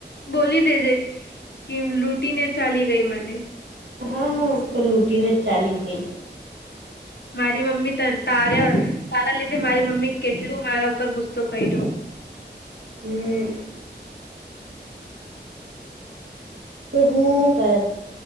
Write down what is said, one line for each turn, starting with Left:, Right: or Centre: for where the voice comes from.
Left: બોલી દેજે કે લૂટી ને ચાલી ગઈ મને
Right: હા તો લૂંટીને જ ચાલી ગઈ
Left: મારી મમ્મી તારા તારા લીધે મારી મમ્મી કેટલું મારા ઉપર ગુસ્સો કર્યો
Right: હમ્મ તો હું કર